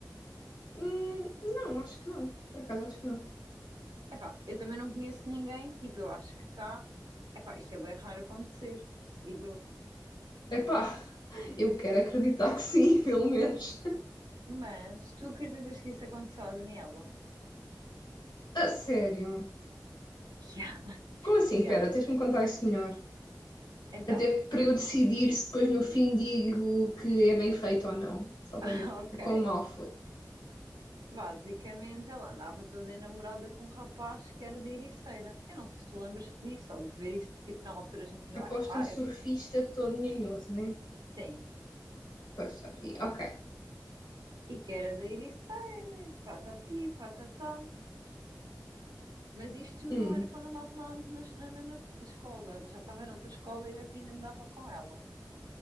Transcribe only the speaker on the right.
É eu também não conheço ninguém. Tipo, eu acho que cá. É pá, isto é bem raro acontecer, digo eu.
Mas tu acreditas que isso aconteceu à Daniela? <laughs>
Que há,
que
há.
Então,
<laughs>
ok.
Basicamente, ela andava toda enamorada com um rapaz que era da Ericeira. Eu não sei se tu lembras disso ou de ver isso, tipo, na altura a gente tinha
Wi-Fi.
Sim,
sim.
E que era da Ericeira, patati, patatá. Mas isto tudo
não era quando nós andávamos nas- na, mesma escola. Ela já estava noutra escola e eu é que ainda andava com ela.